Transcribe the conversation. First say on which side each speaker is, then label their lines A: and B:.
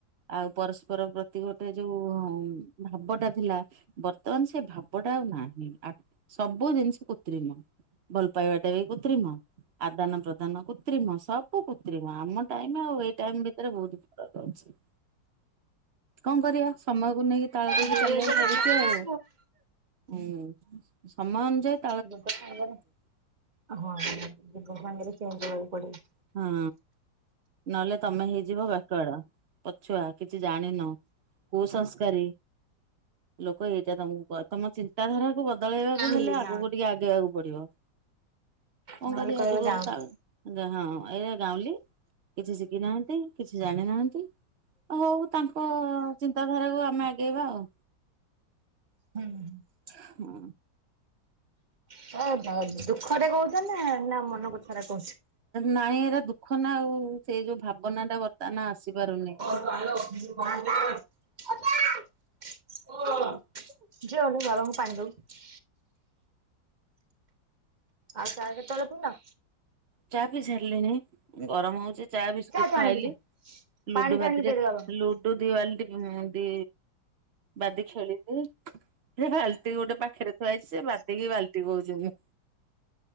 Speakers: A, on the right (about 80°); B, on the right (about 30°).
A: ଆଉ ପରସ୍ପର ପ୍ରତି ଗୋଟେ ଯୋଉ ଭାବଟା ଥିଲା। ବର୍ତ୍ତମାନ ସେ ଭାବଟା ଆଉ ନାହିଁ ଆ ସବୁ ଜିନିଷ କୁତ୍ରିମ। ଭଲ ପାଇବାଟା ବି କୃତ୍ରିମ ଆଦାନ ପ୍ରଦାନ କୃତ୍ରିମ ସବ ବୁ କୁତ୍ରିମ ଆମ ଟାଇମ ଆଉ ଏଇ ଟାଇମ ଭିତରେ ବହୁତ ଫରକ ଅଛି। କଣ କରିବା ସମୟକୁ ନେଇକି ତାଳ ଦେଇକି
B: ଦୁଇ
A: ଚାଲିବାକୁ
B: ହଜାର
A: ପଡୁଛି
B: ଛବିଶ
A: ଆଉ। ହୁଁ ସମୟ ଅନୁଯାଇ
B: ଯୁଗ ସାଙ୍ଗରେ ହଁ ଯୁ ଯୁଗ ସାଙ୍ଗରେ ଚେଞ୍ଜ ହେବାକୁ ପଡିବ।
A: ହୁଁ ନହେଲେ ତମେ ହେଇଯିବ ବ୍ୟାକୁଆଡ ପଛୁଆ। କିଛି ଜାଣିନ କୁ ସଂସ୍କାରୀ ଲୋକ ଏଇଟା ତମକୁ କହ ତମ ଚିନ୍ତାଧାରାକୁ ବଦଳେଇବାକୁ
B: ଗାଉଁଲି
A: ହେଲେ ଆଗକୁ
B: ଗାଉଁଲି
A: ଟିକେ ଆଗେଇବାକୁ ପଡିବ। କଁ
B: ନହେଲେ
A: କରିବା
B: କହିବେ
A: ଜୁଗକୁ
B: ଗାଉଁଲି।
A: ତାଳ ଯାହା ହଁ। ଅ ଏଇ ଆ ଗାଉଁଲି କିଛି ଶିଖି ନାହାନ୍ତି କିଛି ଜାଣି ନାହାନ୍ତି। ହଉ ତାଙ୍କ ଚିନ୍ତାଧାରାକୁ ଆମେ ଆଗେଇବା ଆଉ।
B: ହୁଁଁହୁଁ।
A: ହଁ।
B: ହଉ ହଉ ଦୁଃଖରେ କହୁଛ ନା ନା ମନ କଥା ରା କହଚୁ।
A: ନାଇଁ ଏରା ଦୁଃଖ ନା ଆଉ ସେଇ ଯୋଉ ଭାବନା ଟା ବର୍ତ୍ତମାନ ଆସିପାରୁନି।
B: <unintelligible> ଝିଅ ଗଲୁ ବାବାଙ୍କୁ ପାଣି ଦବୁ। ଆଉ ଚା କେତେବେଳେ ପିଇଲ।
A: ଚା ପି ସାରିଲିଣି ଗରମ ହଉଚି ଚା ବିସ୍କିଟ
B: ତୁ ଆଣିବୁ
A: ଖାଇଲି
B: ଯା
A: ଲୁଡୁ
B: ପାଣି ଟା
A: ଭାଦି
B: ଆଣିକି
A: ଯେ
B: ଦେଇଦେ ବାବାଙ୍କୁ
A: ଲୁ ଡୁ ଦି ବାଲିଟ ଦି ବାଦି ଖେଳିବି। ସେ ବାଲ୍ଟି ଗୋଟେ ପାଖରେ ଥୁଆ ହେଇଛି ସେ ବାତିକି ବାଲ୍ଟି କହୁଚି ମୁଁ।